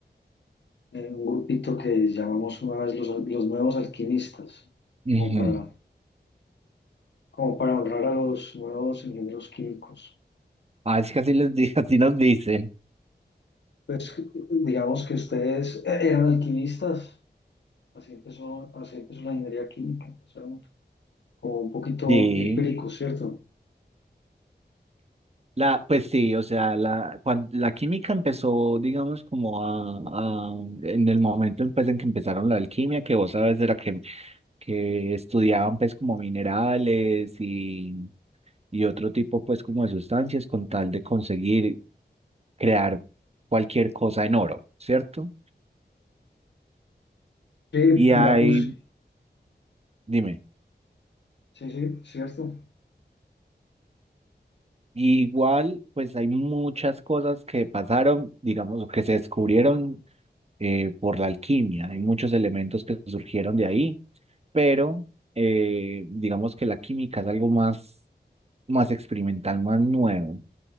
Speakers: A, on the left; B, on the right.
A: eh, un grupito que llamamos una vez los, los nuevos alquimistas,
B: Ujú.
A: como para, como para honrar a los nuevos ingenieros químicos.
B: Ah, es que así, les di- <laughs> así nos dicen.
A: Pues digamos que ustedes eh, eran alquimistas, así empezó, así empezó la ingeniería química, empezaron como un poquito
B: Sí.
A: empíricos, ¿cierto?
B: La, pues sí, o sea, la, cuan- la química empezó, digamos, como a, a- en el momento pues, en que empezaron la alquimia, que vos sabes, era que, que estudiaban pues como minerales y, y otro tipo pues como de sustancias con tal de conseguir crear cualquier cosa en oro, ¿cierto?
A: Sí,
B: Y
A: digamos,
B: hay, dime.
A: sí, sí, cierto.
B: Igual, pues hay muchas cosas que pasaron, digamos, o que se descubrieron eh, por la alquimia. Hay muchos elementos que surgieron de ahí, pero eh, digamos que la química es algo más, más experimental, más nuevo.